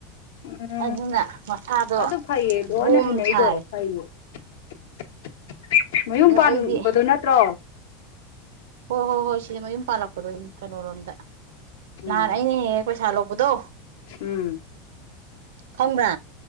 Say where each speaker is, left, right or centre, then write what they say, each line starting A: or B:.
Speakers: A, on the left; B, on the right.
A: ꯎꯝ
B: ꯑꯗꯨꯅ ꯃꯁꯥꯗꯣ
A: ꯑꯗꯨ ꯐꯩꯌꯦ ꯂꯣꯏꯅ
B: ꯕꯣꯝ ꯁꯥꯔꯦ
A: <unintelligible> ꯃꯌꯨꯝ
B: ꯑꯗꯣ
A: ꯄꯥꯟꯕꯗꯣ
B: ꯑꯩꯗꯤ
A: ꯅꯠꯇ꯭ꯔꯣ
B: ꯍꯣ ꯍꯣ ꯍꯣꯏ ꯁꯤꯗ ꯃꯌꯨꯝ ꯄꯥꯜꯂꯛꯄꯗꯣ ꯀꯩꯅꯣꯔꯣꯝꯗ
A: ꯎꯝ
B: ꯅꯍꯥꯟ ꯑꯩꯅ ꯍꯦꯛ ꯍꯦꯛ ꯄꯩꯁꯥ ꯂꯧꯕꯗꯣ
A: ꯎꯝ
B: ꯈꯪꯕ꯭ꯔꯥ